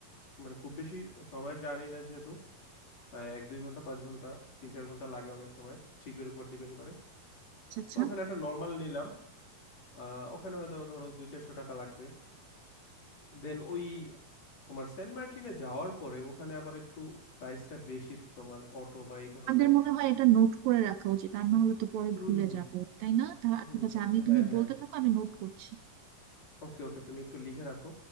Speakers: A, on the left; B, on the right.
A: মানে খুব বেশি সময়ের জানি না যেহেতু আহ, এক দুই ঘন্টা পাঁচ ঘন্টা তিন চার ঘন্টা লাগে অনেক সময় শিপের উপর ডিপেন্ড করে
B: আচ্ছা আচ্ছা
A: তো ওখানে একটা নর্মাল নিলাম আহ ওখানে হয়তো আবার ধরো দুই চারশো টাকা লাগবে দেন ওই তোমার সেন্ট মার্টিনে যাওয়ার পরে ওখানে আবার একটু প্রাইসটা বেশি তোমার অটো বা এই ধরনের
B: আমাদের মনে হয় এটা নোট করে রাখা উচিত আর না হলে তো পরে
A: হুম
B: ভুলে
A: হুম হুম
B: যাবো তাই না তা
A: হুম
B: ঠিক আছে
A: তো-
B: আমি
A: হ্যাঁ
B: তুমি
A: হ্যাঁ
B: বলতে থাকো আমি নোট করছি
A: ওকে ওকে তুমি একটু লিখে রাখো